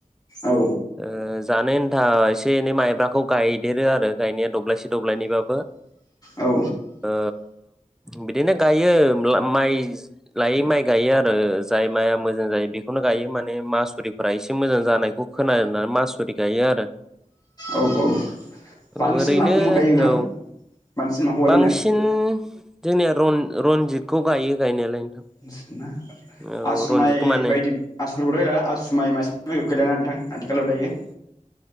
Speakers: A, on the left; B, in the centre.
A: औ
B: ओ। जानो होन्था एसे एनै माइब्राखौ गायदेरो आरो गायनाया दब्लायसे दब्लायनैबा बो।
A: औ
B: ओ बिदिनो गायो ब्ला माइ लायै माइ गायो आरो जाय माइआ मोजां जायो बेखौनो गायो माने मासुरिफोरा एसे मोजां जानायखौ खोनानै मासुरि गायो आरो।
A: औ औ बांसिन
B: ओरैनो
A: नाखौ मा गायो नोंथां?
B: औ
A: बांसिन माखौ गायो
B: बांसिन
A: होनदों
B: जों बे रन-रनजिदखौ गायो गायनायालाय। नोंथां
A: <unintelligible>
B: औ
A: आसुमाइ
B: रनजितखौ माने
A: बायदि आसुफोरखौथ गैला आसुमाइ माइसा माइ गैला ना नोंथां आथिखालाव दायो।